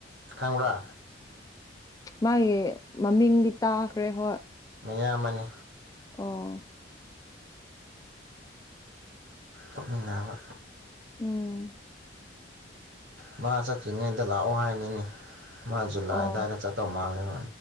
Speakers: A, on the right; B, on the left.
A: ꯈꯪꯕ꯭ꯔ
B: ꯃꯥꯒꯤ ꯃꯃꯤꯡꯗꯤ ꯇꯥꯈ꯭ꯔꯦ ꯍꯣꯏ
A: ꯃꯌꯥꯝꯕꯅꯦ
B: ꯑꯣ
A: ꯇꯣꯛꯃꯤꯟꯅꯕ
B: ꯎꯝ
A: ꯃꯥ ꯆꯠꯇ꯭ꯔꯤꯉꯩꯗ ꯂꯥꯛꯑꯣ ꯍꯥꯏꯕ ꯅꯤ ꯃꯥ ꯖꯨꯂꯥꯏ
B: ꯑꯣ
A: ꯑꯗꯨꯋꯥꯏꯗ ꯆꯠꯇꯧ ꯃꯥꯜꯂꯦꯕ